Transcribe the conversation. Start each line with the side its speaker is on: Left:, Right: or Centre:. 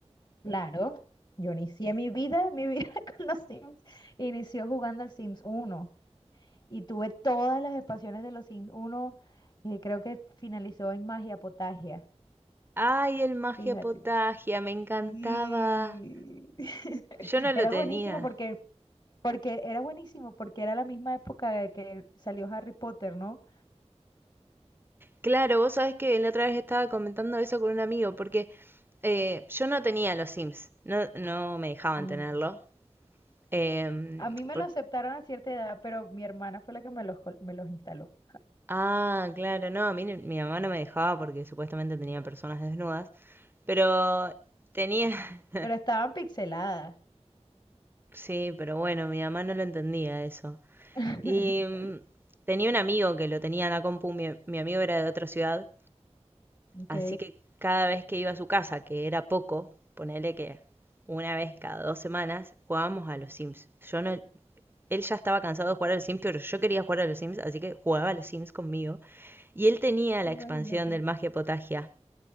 Left: Claro, yo inicié mi vida, mi vida <laughs> con los Sims. Inició jugando al Sims uno y tuve todas las expansiones de los Sims uno. y creo que finalizó en Magia Potagia,
Right: Ay, el Magia
Left: fíjate.
Right: Potagia, me encantaba.
Left: Y... <laughs>
Right: Yo no lo
Left: Era
Right: tenía.
Left: buenísimo porque Porque era buenísimo, porque era la misma época de que salió Harry Potter, ¿no?
Right: Claro, vos sabés que la otra vez estaba comentando eso con un amigo, porque eh, yo no tenía los Sims, no, no me dejaban
Left: Mm.
Right: tenerlo. Em,
Left: A mí me
Right: por-
Left: lo aceptaron a cierta edad, pero mi hermana fue la que me los, col- me los instaló.
Right: Ah, claro, no, a mí no- mi mamá no me dejaba porque supuestamente tenía personas desnudas. Pero tenía, <laughs>
Left: Pero estaban pixeladas.
Right: sí, pero bueno, mi mamá no lo entendía eso.
Left: <laughs>
Right: Y mm, tenía un amigo que lo tenía en la compu, mi, mi amigo era de otra ciudad,
Left: Ok,
Right: así que cada vez que iba a su casa, que era poco, ponele que una vez cada dos semanas, jugábamos a los Sims. Yo no, él ya estaba cansado de jugar a los Sims, pero yo quería jugar a los Sims, así que jugaba a los Sims conmigo. Y él tenía la
Left: imagínate.
Right: expansión del Magia Potagia.